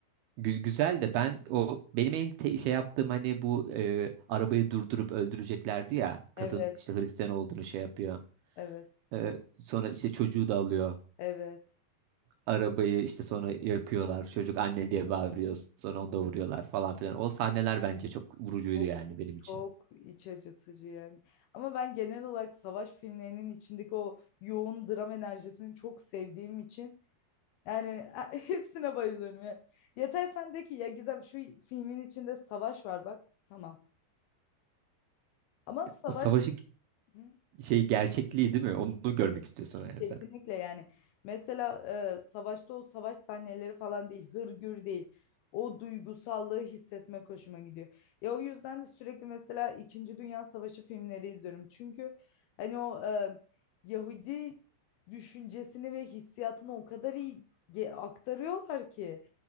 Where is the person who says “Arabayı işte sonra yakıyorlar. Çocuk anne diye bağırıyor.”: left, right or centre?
Right